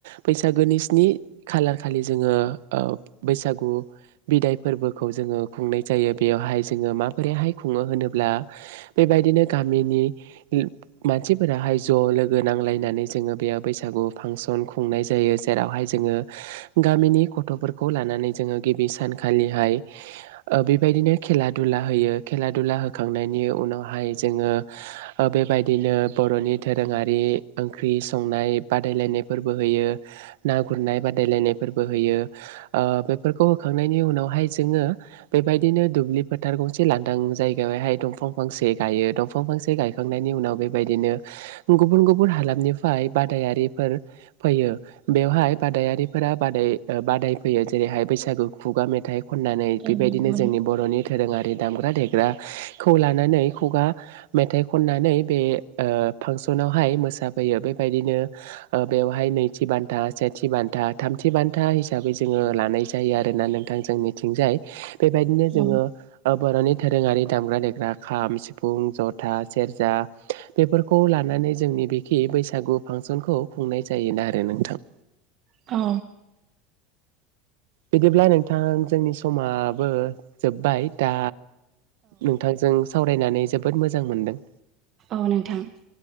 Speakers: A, on the right; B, on the right.
A: बैसागोनि स्नि खालार खालि जोङो बैसागु बिदाय फोरबोखौ जोङो खुंनाय जायो बेयावहाय जोङो माबोरैहाय खुङो होनोब्ला बेबायदिनो गामिनि मानसिफोराहाय ज' लोगो नांलायनानै जोङो बेयाव बैसागु फांसन खुंनाय जायो जेरावहाय जोङो गामिनि गथ'फोरखौ लानानै जोङो गिबि सानखालिहाय बेबायदिनो खेला दुला होयो खेला दुला होखांनायनि उनावहाय जोङो ओ बेबायदि बिदिनो बर'नि दोरोङारि ओंख्रि संनाय बादायलायनायफोरबो होयो ना गुरनाय बादायलायनायफोरबो होयो बेफोरखौ ओ होखांनायनि उनावहाय जोङो बेबायदिनो दुब्लि फोथार गंसे लांदां जायगायावहाय दंफां फांसे गायो दंफां फांसे गायखांनायनि उनाव बेबायदिनो गुबुन गुबुन हालामनिफ्राय बादायारिफोर फैयो बेवहाय बादायारिफोरा बादाय फैयो जेरैहाय बैसागु खुगा मेथाइ। खननानै
B: औ
A: बेबायदिनो
B: नंगौ
A: जोंनि बर'नि दोरोङारि दामग्रा देग्राखौ लानानै खुगा मेथाइ खननानै बे ओ फांसनावहाय मोसाफैयो बेबायदिनो बेवहाय नैथि बान्था सेथि बान्था थामथि बान्था हिसाबै जोङो लानाय जायो आरोना नोंथां जोंनिथिंजाय। बेबायदिनो
B: नोंथां
A: जोङो। बर'नि दोरोङारि दामग्रा देग्रा खाम, सिफुं, जथा, सेरजा बेफोरखौ लानानै जोंनि बिखि बैसागु फांसनखौ खुंनाय जायोन आरो नोंथां।
B: औ।
A: बिदिब्ला नोंथां जोंनि समाबो जोब्बाय दा। नोंथांजों सावराय रायनानै जोबोद मोजां मोनदों।
B: औ नोंथां।